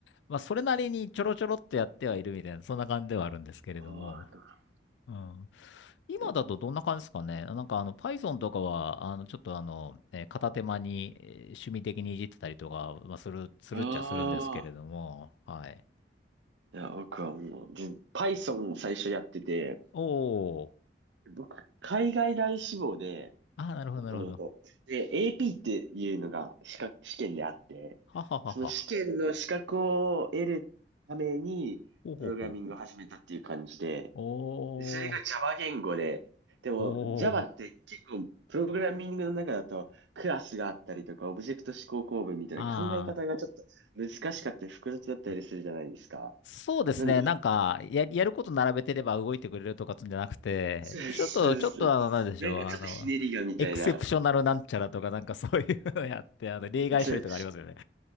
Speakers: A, on the left; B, on the right.
A: まあ、それなりにちょろちょろっとやってはいるみたいな、そんな感じではあるんですけれども。
B: ああ、なるほど。
A: うん今だとどんな感じですかね。
B: いや
A: なんかあの Python とかは、あのちょっとあの、えー片手間にえー趣味的にいじってたりとか、まあ、する、するっちゃするんですけれども、
B: ああ。
A: はい。
B: いや、僕はもう、全 Python を最初やってて、
A: おー。
B: 僕、海外大志望で、
A: あー、なるほど、
B: もともと。
A: なるほど。
B: で、AP っていうのが資格、試験であって、
A: はははは。
B: その試験の資格を得るために、
A: ほうほうほう。
B: プログラミングを始めたっていう感じで、
A: おー。
B: それが Java 言語で、でも
A: おー。
B: Java って結構プログラミングの中だとクラスがあったりとかオブジェクト指向構文みたいな考え方がちょっと難しかったり複雑だったりするじゃないですか。
A: あー。そうですね。
B: なんで、
A: なんか、や、やること並べてれば動いてくれるとかつんじゃなくて、
B: そうそうそうそう。
A: ちょっと、ちょっとあの、なんでしょう。
B: なんかちょっとひねりがみたいな。
A: あの、エクセプショナルなんちゃらとか、なんかそういうのやって、あの、例外処理とかありますよね。
B: そう